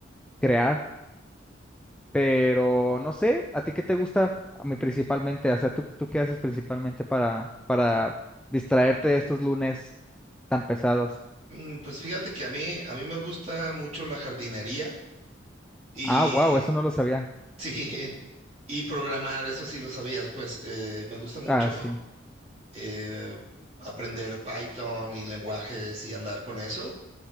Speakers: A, in the centre; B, on the right.
A: crear, pero no sé, ¿a ti qué te gusta? A mí principalmente, o sea, ¿tú, tú qué haces principalmente para, para distraerte de estos lunes tan pesados?
B: Mm, pues fíjate que a mí, a mí me gusta mucho la jardinería y,
A: Ah, wow, eso no lo sabía.
B: <laughs> sí, y programar, eso sí lo sabías, pues eh, me gusta mucho
A: Ah, sí,
B: eh, aprender Python y lenguajes y andar con eso,